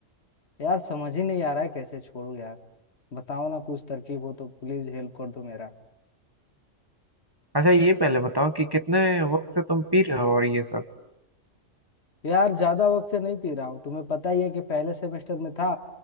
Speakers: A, on the left (about 55°); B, on the right (about 20°).
A: यार समझ ही नहीं आ रहा है कैसे छोड़ू यार बताओ ना कुछ तरकीब हो तो प्लीज हेल्प कर दो मेरा
B: अच्छा ये पहले बताओ कि कितने वक्त से तुम पी रहे हो और ये सब
A: यार ज्यादा वक्त से नहीं पी रहा हूँ तुम्हें पता ही है कि पहले सेमेस्टर में था